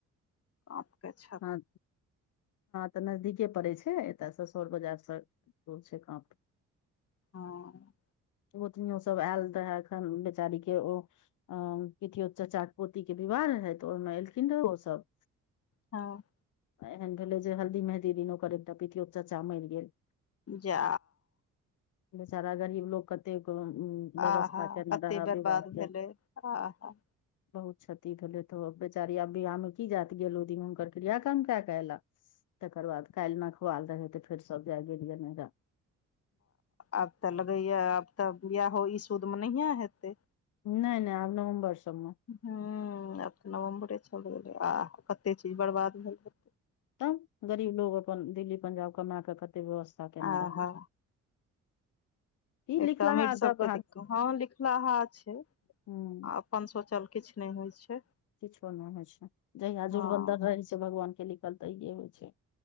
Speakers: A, on the left (about 50°); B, on the left (about 80°).
A: अ कह छै
B: हँ तऽ नजदीके पड़े छै एतय स सौर बाजारसँ छै कप
A: हँ
B: ओतनियो सब आयल रहय एखन बेचारी के ओ अ को चचा पोती के विवाह रहै तऽ ओहिमे एलखिन रहे ओसभ
A: हँ
B: एहन भेलै जे हल्दी मेहदी दिन ओकर एकटा पितियोत चाचा मरि गेल
A: जा
B: सारा गरीब लोक एतेक व्यवस्था
A: आहा
B: केना
A: कते
B: रहै
A: बर्बाद
B: विवाह के
A: भेलै आहा
B: बहुत क्षति भेलै तऽ बेचारी आब बियाह मे की जात गेल ओ दिनमे हुनकर क्रिया काम कऽ कऽ एलक तकर बाद काल्हि नखवाल रहै तऽ फेर सभ जाय गेलियै नहिरा
A: आब तऽ लगैये आब तऽ बिआहो ई सुदमे नहिए हेतै
B: नहि नहि आब नवम्बर सबमे
A: हूँ आब तऽ नवम्बरे चलि गेलै आ कतेक चीज बर्बाद भेलै
B: तब गरीब लोग अपन दिल्ली पंजाब कमा कऽ कते व्यवस्था केने
A: आहा
B: रहबै ई
A: एकटा
B: लिखलाहा
A: अमीर सबके
B: सब
A: दिक्कत हँ लिखलाहा छै
B: हूंम्म
A: आ अपन सोचल किछु नहि होइत छै
B: किछो नहि होइ छै जहिया
A: हँ
B: जुरबन्दर रहै छै भगवानके लिखल तहियए होइ छै